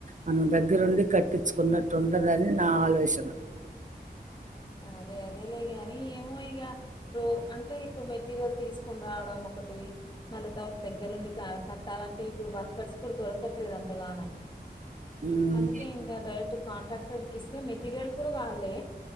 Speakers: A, on the right; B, on the left.
A: మనం దగ్గరుండి కట్టించుకున్నట్టు ఉండదని నా ఆలోచన
B: అదే అదేలే గానీ ఏం యిగా ఇప్పుడు అంటే ఇప్పుడు మెటీరియల్ తీసుకుని రావడం ఒకటి మళ్ళీ తర్వాత దగ్గరుండి కట్టాలంటే ఇప్పుడు వర్కర్స్ కూడా దొరకట్లేదు అంతగానం
A: ఉమ్.
B: అందుకే ఇంకా డైరెక్ట్ కాంట్రాక్టర్కి ఇస్తే మెటీరియల్ కూడా వాళ్లే